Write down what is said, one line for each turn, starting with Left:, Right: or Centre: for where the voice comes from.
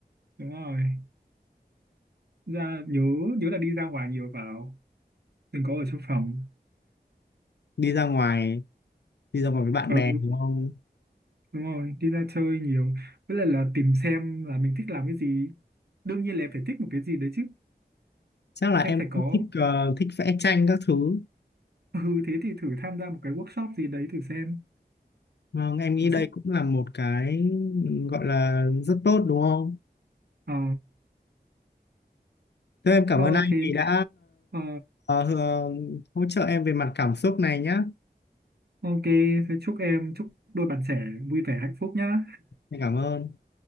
Right: đúng rồi ra nhớ nhớ là đi ra ngoài nhiều vào đừng có ở trong phòng
Left: đi ra ngoài đi ra ngoài với bạn
Right: ừ
Left: bè đúng không
Right: đúng rồi đi ra chơi nhiều với lại là tìm xem là mình thích làm cái gì đương nhiên là em phải thích một cái gì đấy chứ
Left: chắc là em
Right: em phải có
Left: cũng thích ờ, thích vẽ tranh các thứ
Right: ừ thế thì thử tham gia một cái workshop gì đấy thử xem
Left: vâng em nghĩ
Right: nó
Left: đây
Right: sẽ
Left: cũng là một cái gọi là rất tốt đúng không
Right: ờ
Left: thế em cảm
Right: thôi
Left: ơn anh
Right: thì
Left: vì đã
Right: ờ
Left: ờ, ờ, hỗ trợ em về mặt cảm xúc này nhá
Right: ok thế chúc em chúc đôi bạn trẻ vui vẻ hạnh phúc nhá
Left: em cảm ơn